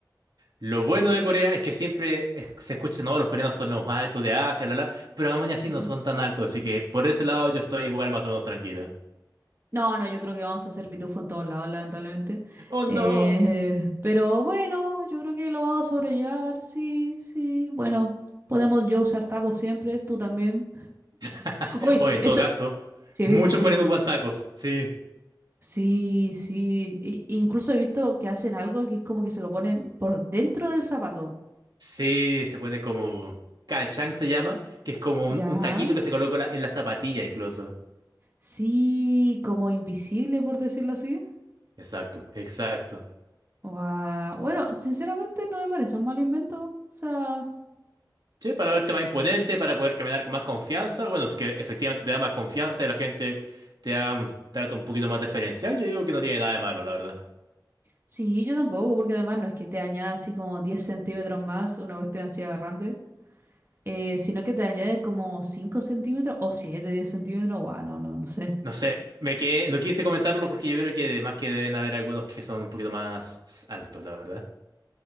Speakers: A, on the right; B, on the right.
A: Lo bueno de Corea es que siempre es- se escucha, no, los coreanos son los más altos de Asia, bla, bla, pero aún así
B: Ujú.
A: no son tan altos, así que por ese lado yo estoy igual más o menos tranquilo.
B: No, no, yo creo que vamos a hacer pitufo en todos lados, lamentablemente.
A: Oh, no.
B: Eh, pero bueno, yo creo que lo vamos a sobrellevar, sí, sí. Bueno, podemos yo usar tacos siempre, tú también.
A: <laughs>
B: Uy,
A: O en
B: eso,
A: todo caso,
B: sí
A: muchos
B: he visto, sí.
A: coreanos ocupan tacos. Sí.
B: Sí, sí. I- incluso he visto que hacen algo que es como que se lo ponen por dentro del zapato.
A: Sí, se ponen como... Kalchang se llama, que es como un,
B: Ya.
A: un taquito que se coloca la- en la zapatilla incluso.
B: Sí, como invisible, por decirlo así.
A: Exacto, exacto.
B: Guau. Bueno, sinceramente no me parece un mal invento. O sea,
A: Sí, para verte más imponente, para poder caminar con más confianza. Bueno, es que efectivamente te da más confianza y la gente te da un trato un poquito más diferencial. Yo digo que no tiene nada de malo, la verdad.
B: sí, yo tampoco, porque además no es que te añada así como 10 centímetros más, una cuestión así aberrante, eh, sino que te añade como 5 centímetros o 7, 10 centímetros. Guau, no, no, no sé.
A: No sé, me quedé, no quise comentarlo porque yo creo que además que deben haber algunos que son un poquito más altos, la verdad.